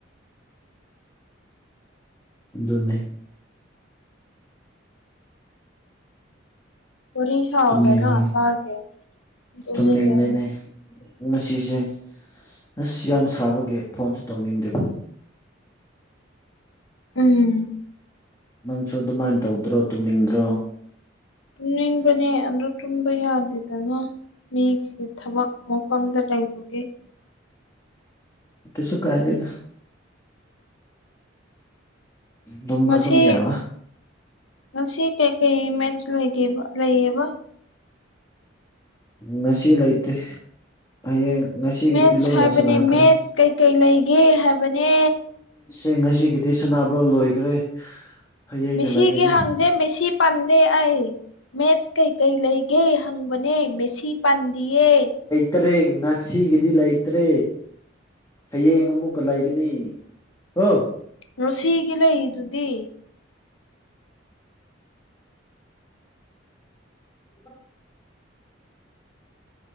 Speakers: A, on the left (about 20°); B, on the left (about 85°).
A: ꯑꯗꯨꯟꯅꯅꯦ
B: ꯋꯥꯔꯤ ꯁꯥꯎꯗꯅ
A: ꯇꯨꯝꯅꯤꯡ ꯂꯩ
B: ꯇꯥꯒꯦ ꯇꯨꯝꯅꯤꯡꯉꯦ
A: ꯇꯨꯝꯅꯤꯡꯂꯤꯅꯦ ꯉꯁꯤꯁꯦ ꯑꯁ ꯌꯥꯝ ꯁꯥꯕꯒꯦ ꯐꯣꯟꯁꯨ ꯇꯧꯅꯤꯡꯗꯦꯕ
B: ꯎꯝ
A: ꯅꯪꯁꯨ ꯑꯗꯨꯃꯥꯏꯅ ꯇꯧꯗ꯭ꯔꯣ ꯇꯨꯝꯅꯤꯡꯗ꯭ꯔꯣ
B: ꯇꯅꯤꯡꯕꯅꯦ ꯑꯟ꯭ꯔꯣ ꯇꯨꯨꯝꯕ ꯌꯥꯗꯗꯅ ꯃꯤꯒꯤ ꯊꯕꯛ ꯃꯐꯝꯗ ꯂꯩꯕꯒꯤ
A: ꯀꯁꯨ ꯀꯥꯏꯗꯦꯗ ꯇꯨꯝꯕ
B: ꯉꯁꯤ
A: ꯑꯗꯨꯝ ꯌꯥꯕ
B: ꯉꯁꯤ ꯀꯩꯀꯩ ꯃꯦꯠꯁ ꯂꯩꯒꯦꯕ ꯂꯩꯌꯦꯕ
A: ꯅꯁꯤ ꯂꯩꯇ ꯍꯌꯦꯡ ꯉꯁꯤꯒꯤꯗꯤ
B: ꯃꯦꯠꯁ
A: ꯂꯣꯏꯅ
B: ꯍꯥꯏꯕꯅꯦ
A: ꯁꯥꯟꯅꯈ꯭ꯔꯦ
B: ꯃꯦꯠꯁ ꯀꯩꯀꯩ ꯂꯩꯒꯦ ꯍꯥꯏꯕꯅꯦ
A: ꯦ ꯉꯁꯤꯒꯤꯗꯤ ꯁꯅꯥꯅꯕ ꯂꯣꯏꯈ꯭ꯔꯦ ꯍꯌꯦꯡꯅ
B: ꯃꯤꯁꯤꯒꯤ
A: ꯂꯩꯒꯅꯤ
B: ꯍꯪꯗꯦ ꯃꯤꯁꯤ ꯄꯥꯟꯗꯦ ꯑꯩ ꯃꯦꯠꯁ ꯀꯩꯀꯩ ꯂꯩ ꯒꯦ ꯍꯪꯕꯅꯦ ꯃꯦꯁꯤ ꯄꯥꯟꯗꯤꯌꯦ
A: ꯇ꯭ꯔꯦꯡ ꯉꯁꯤꯒꯤꯗꯤ ꯂꯩꯇ꯭ꯔꯦ ꯍꯌꯦꯡ ꯑꯃꯨꯛꯀ ꯂꯩꯒꯅꯤ ꯍꯣ
B: ꯔꯣꯁꯤꯒꯤ ꯂꯩꯗꯨꯗꯤ
A: ꯍꯣ